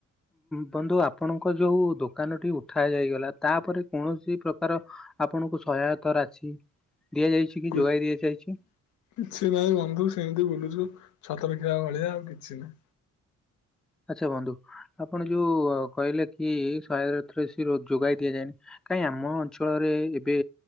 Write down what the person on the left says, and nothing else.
କିଛି
ନାହିଁ ବନ୍ଧୁ ସେମିତି ବୁଲୁଛୁ। ଛତରଖିଆ ଭଳିଆ ଆଉ କିଛି ନୁହଁ।